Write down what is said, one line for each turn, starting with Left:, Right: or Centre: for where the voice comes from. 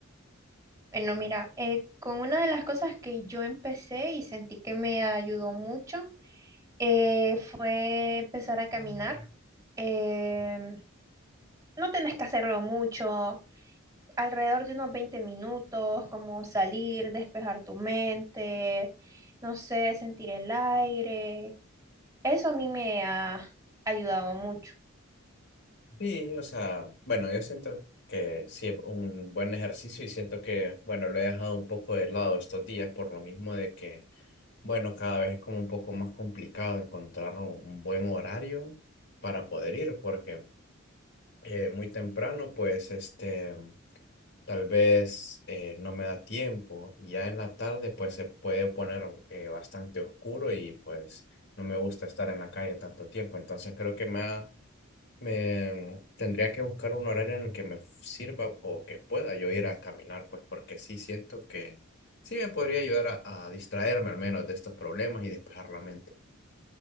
Right: Bueno, mira, eh, con una de las cosas que yo empecé y sentí que me ayudó mucho eh, fue empezar a caminar. Em, no tenés que hacerlo mucho, alrededor de unos 20 minutos, como salir, despejar tu mente, no sé, sentir el aire. Eso a mí me ha ayudado mucho.
Left: Sí, o sea, bueno, yo siento que sí es un buen ejercicio y siento que, bueno, lo he dejado un poco de lado estos días por lo mismo de que, bueno, cada vez es como un poco más complicado encontrar un un buen horario para poder ir, porque eh, muy temprano, pues, este, tal vez eh, no me da tiempo y ya en la tarde, pues, se puede poner eh, bastante oscuro y, pues, no me gusta estar en la calle tanto tiempo, entonces creo que me ha me tendría que buscar un horario en el que me sirva o que pueda yo ir a caminar, pues porque sí siento que sí me podría ayudar a, a distraerme al menos de estos problemas y despejar la mente.